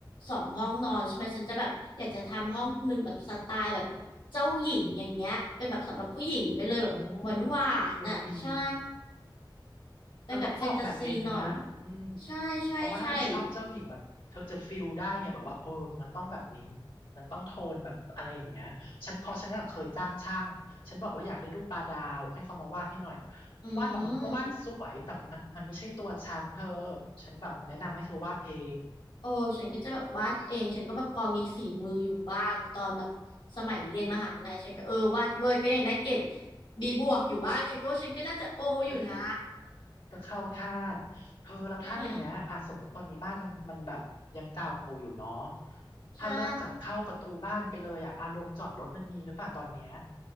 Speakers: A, on the left; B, on the left.
A: สองห้องนอนใช่ไหมฉันจะแบบอยากจะทำห้องหนึ่งแบบสไตล์แบบเจ้าหญิงอย่างเงี้ยเป็นแบบสำหรับผู้หญิงไปเลยแบบหวานหวานอ่ะใช่
B: โอ้เออดี
A: เป็นแบบแฟนตาซีหน่อย
B: เธอต้องออกแบบเองเลยนะอืม
A: ใช่ใช่ใช่
B: เพราะว่าถ้าเธอชอบเจ้าหญิงแบบเธอจะฟิลได้ไงแบบว่าเออมันต้องแบบนี้มันต้องโทนแบบอะไรอย่างเงี้ยฉันเพอฉันน่ะเคยจ้างช่างฉันบอกว่าอยากได้รูปปลาดาวให้เขามาวาดให้หน่อย
A: อืม
B: วาดออกมาก็วาดสวยแต่มันมันไม่ใช่ตัวฉันเธอฉันแบบแนะนำให้เธอวาดเอง
A: โอ้ฉันก็จะแบบวาดเองฉันก็แบบพอมีฝีมืออยู่บ้างตอนแบบสมัยเรียนมหาลัยฉันก็เออวาดเวิร์ดก็ยังได้เกรดบีบวกอยู่บ้างฉันก็ว่าฉันก็น่าจะโออยู่นะ
B: เออ ก็เข้าท่าเธอแล้วท่าทงเนี้ยอ่ะสมมติตอนนี้บ้านมันมันแบบยังเก่าอยู่เนาะ
A: ใช่ไหม
B: ถ้าเริ่มจากเข้าประตูบ้านไปเลยอ่ะอาลงจอดรถมันมีหรือเปล่าตอนเนี้ย
A: ใช่